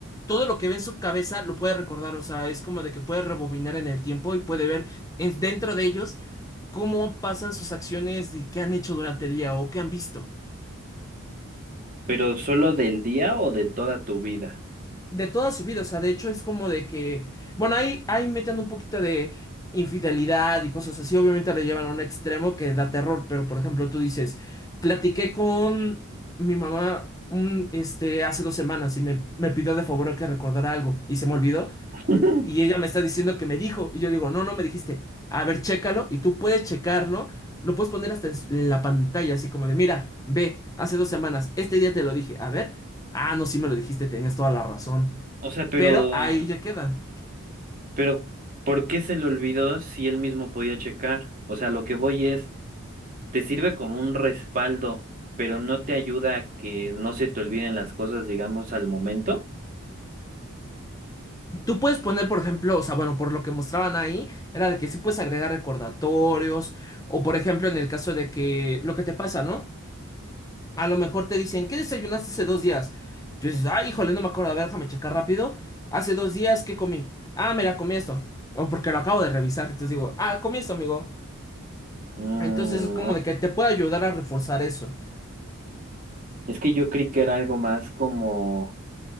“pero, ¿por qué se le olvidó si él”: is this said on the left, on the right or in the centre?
Right